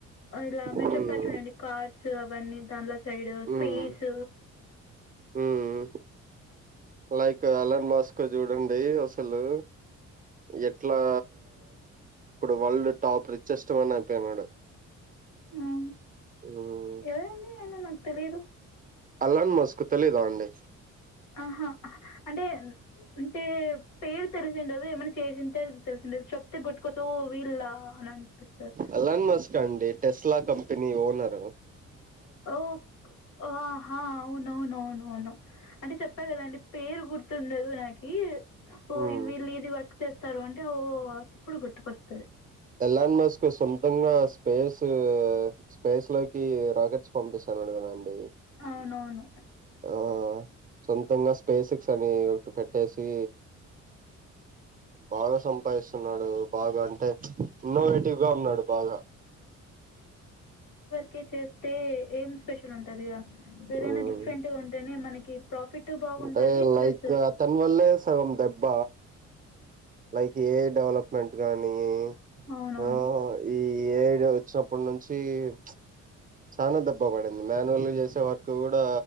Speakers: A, on the left (about 80°); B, on the right (about 30°).
A: ఇలా మీరు
B: హ్మ్
A: చెప్పారు చూడండి కార్స్ అవన్నీ తానల్ సైడ్
B: హ్మ్
A: స్పేస్
B: హ్మ్ లైక్ అలాన్ మస్క్ చూడండి అసలు ఎట్లా ఇప్పుడు వరల్డ్ టాప్ రిచెస్ట్ వన్ అయిపోయినాడు
A: ఆ
B: హ్మ్
A: ఎవరండి నన్న నాకు తెలీదు
B: అలన్ మస్క్ తెలీదా అండి
A: ఆహా అంటే అంటే పేరు తెరిసండదు ఎమన్నా చేసింటే తెలిసింద చెప్తే గుట్టుకోస వీళ్ళ అని అనిపిస్తాది
B: అలన్ మస్క్ అండి టెస్లా కంపెనీ ఓనర్
A: ఓ ఆహా అవునవునవును అవును అంటే చెప్పా కదా అండి పేరు గుర్తుండదు నాకి ఓ
B: హ్మ్
A: వీళ్ళు ఇది వర్క్ చేస్తారు అంటే ఓ ఇప్పుడు గుర్తుకొస్తాది
B: ఎల్లాన్ మస్క్ కు సొంతంగా స్పేస్ స్పేస్ లోకి రాకెట్స్ పంపిస్తానుడు కదండి
A: అవునవును
B: ఆ సొంతంగా స్పేసిక్స్ అని ఒకటి పెట్టేసి బాగా సంపాదిస్తున్నాడు బాగా అంటే ఇన్నోవేటివ్ గ ఉన్నడు బాగా
A: కేక్ చేస్తే ఏం స్పెషల్ ఉంటంది ఇగ ఏదైనా
B: మ్మ్
A: డిప్రెంట్ గా ఉంటేనే మనకి ఇ ప్రాఫిట్ బాగుంటది
B: అంటే
A: ప్లస్
B: లైక్ అతని వల్లే సగం దెబ్బ లైక్ ఏ డవలప్మెంట్ గానీ
A: అవునవును
B: ఆ ఈ ఏ వచ్చినప్పుటి నుంచి ప్ చాల దెబ్బ పడింది మాన్యువల్ చేసే వర్క్ కూడా